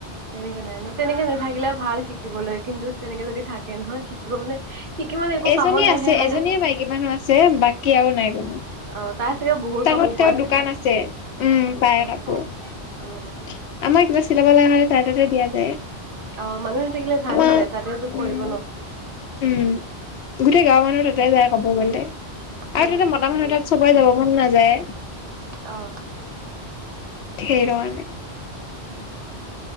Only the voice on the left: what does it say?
এজনীয়ে
আছে
এজনীয়ে মাইকী মানুহ আছে বাকী আৰু নাই কোনো।
টৰত
তাই দোকান
আছে, উম পায়
কাপোৰ।
আমাৰ কিবা চিলাব লগা হ'লে তাৰ তাতে দিয়া যায়।
আমাৰ
উম
উম গোটেই গাঁওৰ মানুহ তাতে যায় ক'ব গ'লে আৰু
তাতে মতা মানুহ তাত সবেই যাব ম। নাযায়।
থেই ৰণ